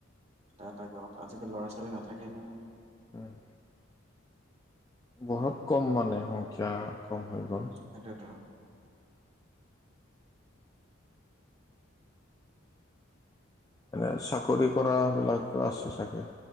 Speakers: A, on the right; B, on the left.
A: এটা, এটা গাঁৱত আজিকালি ল'ৰা-ছোৱালী নাথাকে নহয়।
B: উম, বহুত কম মানে সংখ্যা, কম হৈ গ'ল।
A: সেইটোৱেটো।
B: এনে চাকৰি কৰা বিলাকতো আছে চাগে।